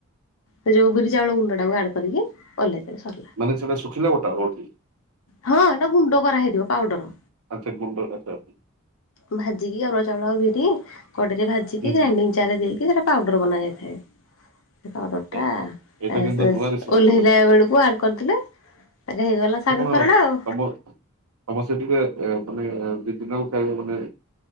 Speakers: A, on the left (about 65°); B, on the right (about 85°).
A: ସେ ଯେଉଁ ବିରି ଚାଉଳ ଗୁଣ୍ଡ ଟାକୁ ଆଡ କରିକି ଓହ୍ଲେଇ ଦେବେ ସରିଲା।
B: ମାନେ ସେଇଟା ଶୁଖିଲା ଘୋଟା ହେବ କି?
A: ହଁ ଏଇଟା ଗୁଣ୍ଡ କରା ହେଇଥିବ ପାଉଡର।
B: ଆଛା ଗୁଣ୍ଡ ଆଛା।
A: ଭାଜିକି ଅରୁଆ ଚାଉଳ ଆଉ ବିରି କଡ଼େଇରେ ଭାଜିକି ଗ୍ରାଇଣ୍ଡିଙ୍ଗ
B: ହୁଁ
A: ଜାରରେ ଦେଇକି ସେଇଟା ପାଉଡ଼ର ବନା ଯାଇଥାଏ। ପାଉଡ଼ରଟା
B: ଆଚ୍ଛା ଏଇଟା
A: ଏସ୍
B: କିନ୍ତୁ
A: ଏସ୍
B: ନୂଆ ରେସିପି
A: ଓହ୍ଲେଇଲା
B: ଗୋଟେ
A: ବେଳକୁ ଆଡ କରିଦେଲେ ତାପରେ ହେଇଗଲା ଶାଗ
B: ଅବ
A: ଖରଡ଼ା ଆଉ
B: ଅବ ଅବଶ୍ୟ ଟିକେ ଏ ମାନେ ଏ ଦି ତିନିଟାକୁ ଖାଇବା ମାନେ